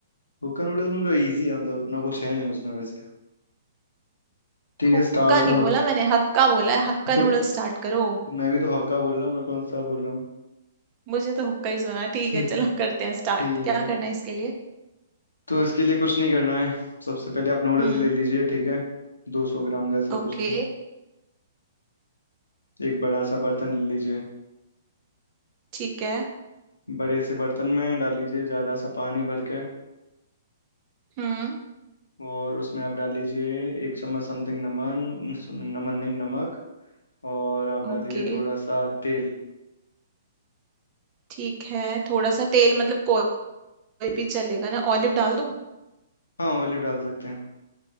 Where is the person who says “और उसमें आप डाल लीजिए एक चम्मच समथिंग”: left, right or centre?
Left